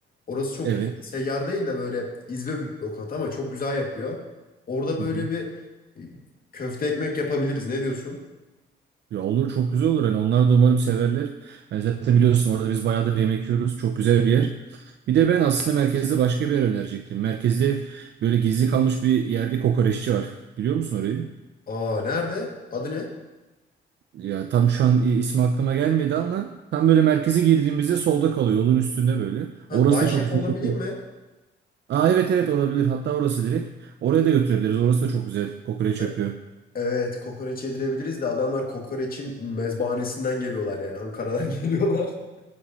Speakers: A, on the left (about 45°); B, on the right (about 60°).
A: Orası çok
B: Evet.
A: güzel. Seyyar değil de böyle izbe bir lokanta ama çok güzel yapıyor. Orada böyle
B: Hı hı.
A: bir e, köfte ekmek yapabiliriz. Ne diyorsun?
B: Ya olur çok güzel olur. Hani onlar da umarım severler. Hani zaten biliyorsun orada biz bayağıdır yemek yiyoruz. Çok güzel bir yer. Bir de ben aslında merkezde başka bir yer önerecektim. Merkezde böyle gizli kalmış bir yerde kokoreççi var. Biliyor musun orayı?
A: Aa nerede? Adı ne?
B: Ya tam şu an i- ismi aklıma gelmedi ama tam böyle merkeze girdiğimizde solda kalıyor yolun üstünde böyle.
A: Ha,
B: Orası
A: Bay
B: da
A: Şef
B: çok
A: olabilir
B: güzel kokuyor.
A: mi?
B: Aa evet evet olabilir. Hatta orası direkt. Oraya da götürebiliriz. Orası da çok güzel kokoreç
A: E,
B: yapıyor. <laughs>
A: Evet, kokoreç yedirebiliriz de adamlar kokoreçin mezbahanesinden geliyorlar yani Ankara'dan <laughs> geliyorlar.